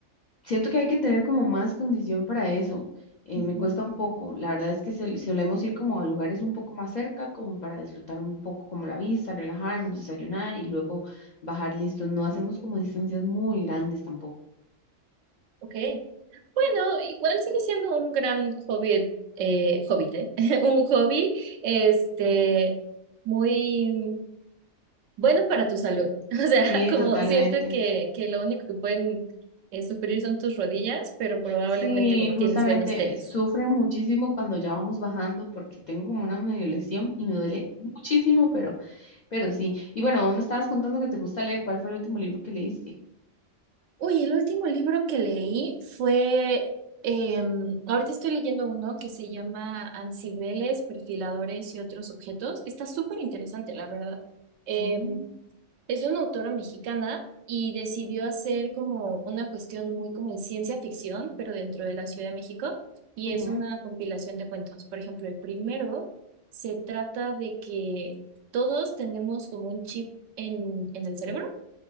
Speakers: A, on the left (about 70°); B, on the right (about 80°).
A: Siento que hay que tener como más condición para eso. eh,
B: Ujú.
A: me cuesta un poco. La verdad es que si solemos ir como a lugares un poco más cerca, como para disfrutar un poco como la vista, relajarnos, desayunar y luego bajar listo. No hacemos como distancias muy grandes tampoco.
B: Ok. Bueno, igual sigue siendo un gran hobby, eh, hobbit, ¿eh? <laughs> Un hobby, este, muy bueno para tu salud. <laughs> O sea,
A: Sí,
B: como
A: totalmente.
B: siento que, que lo único que pueden eh, sufrir son tus rodillas, pero probablemente
A: Sí,
B: como
A: justamente
B: tienes buenos tenis.
A: sufren muchísimo cuando ya vamos bajando porque tengo como una medio lesión y me duele muchísimo, pero, pero sí. Y bueno, vos me estabas contando que te gusta leer. ¿Cuál fue el último libro que leíste?
B: Uy, el último libro que leí fue, em, ahorita estoy leyendo uno que se llama Ansibeles, perfiladores y otros objetos. Está súper interesante, la verdad. Em,
A: Mm,
B: es una autora mexicana y decidió hacer como una cuestión muy como de ciencia ficción, pero dentro de la Ciudad de México. Y
A: ujú,
B: es una compilación de cuentos. Por ejemplo, el primero se trata de que todos tenemos como un chip en, en el cerebro, Ujú.